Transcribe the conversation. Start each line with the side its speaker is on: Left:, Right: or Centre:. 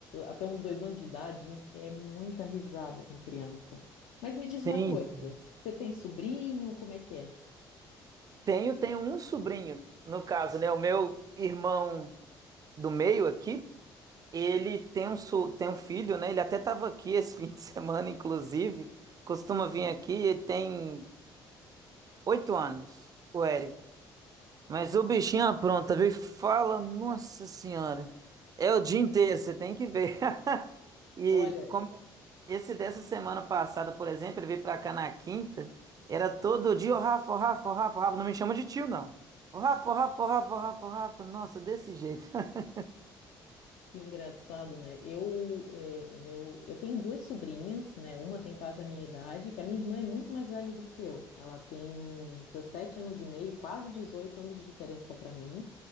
Left: até uns dois anos de idade, gente, é muita risada com criança. Mas me diz uma
Right: Sim.
Left: coisa,
Right: sim.
Left: você tem sobrinho? Como é que é?
Right: Tenho, tenho um sobrinho, no caso, né? O meu irmão do meio aqui, ele tem um, so- tem um filho, né? Ele até estava aqui esse <laughs> fim de semana, inclusive. Costuma vir aqui, ele tem Oito anos, o Eric. Mas o bichinho apronta, viu? E Fala, nossa senhora. É o dia inteiro, você tem que ver. <laughs> E
Left: Olha,
Right: como esse dessa semana passada, por exemplo, ele veio pra cá na quinta, era todo dia, ô Rafa, ô Rafa, ô Rafa, ô Rafa, não me chama de tio, não. Ô Rafa, ô Rafa, ô Rafa, ô Rafa, ô Rafa, nossa, desse jeito. <laughs>
Left: que engraçado, né? Eu, eh, o meu, eu tenho duas sobrinhas, né? Uma tem quase a minha idade, que a minha irmã é muito mais velha do que eu. Ela tem 17 anos e meio, quase 18 anos de diferença para mim.